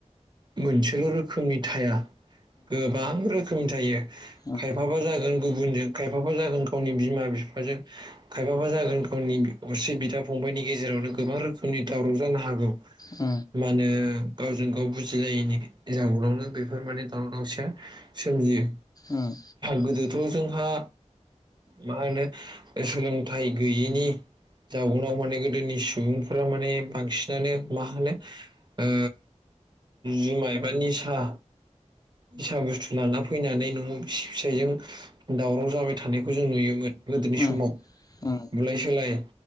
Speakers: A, on the right; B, on the left.
A: मोनसेल' रोखोमनि थाया। गोबां रोखोमनि थायो।
B: उम
A: खायफाबा जागोन गुबुनजों खायफाबा जागोन गावनि बिमा बिफाजों। खायफाबा जागोन गावनि अरसे बिदा, फंबबायनि गेजेरावनो गोबां रोखोमनि दावराव जानो हागौ।
B: उम
A: मा होनो गावजों गाव बुजिलायैनि जाउनावनो बेफोर माने दावराव दावसिया सोमजियो।
B: उम
A: गोदोथ' जोंहा मा होनो ओ सोलोंथाइ गैयैनि जाउनाव माने गोदोनि सुबुंफोरा माने बांसिनानो मा होनो ओ जुमाय बा निसा सा बुस्थु लाना फैनानै न'आव बिसि फिसायजों दावराव जाबाय थानायखौ जों नुयोमोन। गोदोनि
B: उम
A: समाव
B: उम
A: बुलाय सोलाय